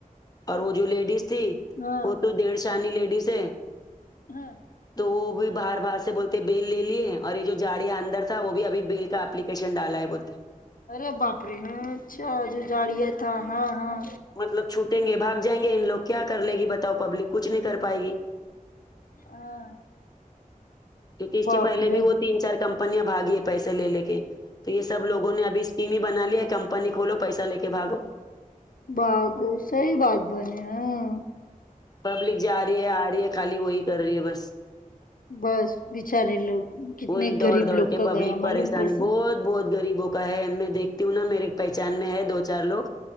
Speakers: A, on the left (about 25°); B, on the left (about 75°).
A: اور وہ جو لیڈیز تھی
B: ہاں
A: وہ تو دیڑھ شانی لیڈیز ہے
B: ہاں
A: تو وہ بھی باہر باہر سے بول تے بیل لے لیے اور یہ جو جاڑیا اندر تھا وہ بھی ابھی بیل کا اپلیکیشن ڈالا ہے بولتے
B: ارے باپ رے ہیں اچھا جو جاڑیا تھا ہاں ہاں
A: مطلب چھوٹیں گے بھگ جائیں گے ان لوگ کیا کر لے گی بتاؤ پبلک کچھ نہیں کر پائے گی
B: ہاں
A: کیونکہ اس
B: باپ
A: سے پہلے
B: رے
A: بھی وہ تین چار کمپنیاں بھاگی ہے پیسے لے لے کے تو یہ سب لوگوں نے ابھی تینی بنا لیا ہے کمپنی کھولو پیسہ لے کے بھاگو
B: باگو صحیح بات بولے ہیں
A: پبلک جا رہی ہے آ رہی ہے خالی وہی کر رہی ہے بس
B: بس بچارے لوگ کتنے
A: وہی دوڑ
B: غریب
A: دوڑ
B: لوگ
A: کے
B: کا
A: پبلک
B: گیا
A: پریشانی
B: معلوم پیسہ
A: بہت بہت غریبوں کا ہے میں دیکھتی ہوں نا میرے پہچان میں ہے دو چار لوگ